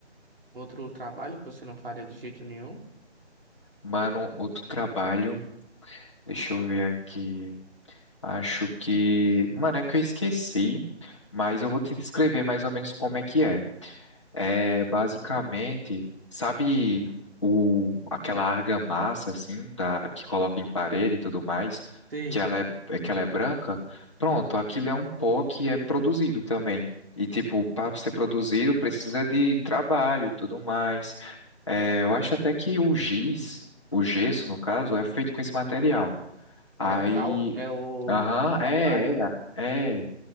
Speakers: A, on the right; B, on the left.
A: outro trabalho que você não faria de jeito nenhum.
B: Mano, outro trabalho, deixa eu ver aqui. Acho que. Mano, é que eu esqueci, mas eu vou te descrever mais ou menos como é que é. É basicamente, sabe o, aquela argamassa assim da que coloca em parede e tudo mais,
A: Sim.
B: que ela é, é que ela é branca? Pronto, aquilo é um pó que é produzido também. E tipo, para ser produzido precisa de trabalho e tudo mais. É, eu acho até que o giz, o gesso no caso, é feito com esse material. Aí,
A: É o cal, é o
B: aham,
A: calcário.
B: é, é, é.